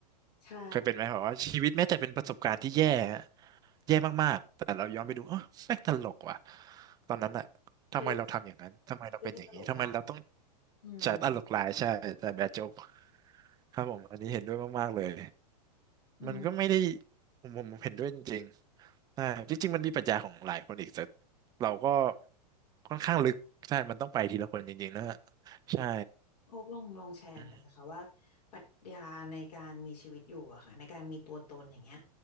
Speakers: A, on the left; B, on the right.
A: ใช่
B: เคยเป็นไหมแบบว่าชีวิตแม้แต่เป็นประสบการณ์ที่แย่ แย่มากๆ แต่เราย้อนไปดูเออแม่งตลกว่ะตอนนั้นอะทำไมเราทำอย่างนั้นทำไมเราเป็นอย่างนี้ทำไมเราต้อง
A: เขาเรียกว่าเรียกว่าตลกร้ายอืม
B: จ่ายตลกหลายใช่แต่แบดโจ๊กครับผมอันนี้เห็นด้วยมากๆเลย
A: อืม
B: มันก็ไม่ได้ผมผมผมเห็นด้วยจริงๆใช่จริงๆมันมีปรัชญาของหลายคนอีกแต่เราก็ค่อนข้างลึกใช่มันต้องไปทีละคนจริงๆนะฮะใช่
A: โอ๊กลองลองแชร์หน่อยสิคะว่า
B: อืม
A: ปรัชญาในการมีชีวิตอยู่อะค่ะในการมีตัวตนอย่างเงี้ย